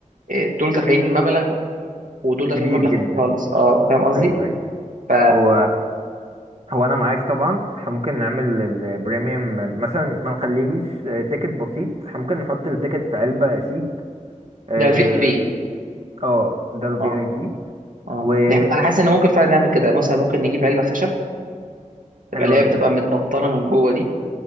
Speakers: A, on the right; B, on the right.
A: آه، دول دافعين مبلغ ودول دافعين
B: كبير
A: مبلغ
B: جدا
A: تاني خالص اه فاهم قصدي
B: ايوه ايوه
A: ف
B: هو هو انا معاك طبعا احنا ممكن نعمل البريميوم مثلا ما نخليش تيكت بسيط احنا ممكن نحط التيكت في علبة شيك اه
A: ده الفي اي بي
B: آه، ده الفي
A: اه
B: اي بي
A: اه
B: وحلو
A: احنا- انا حاسس ان ممكن فعلا نعمل كده مثلا ممكن نجيب علبة خشب تبقى
B: قوي
A: اللي هي بتبقى متبطنة من جوه دي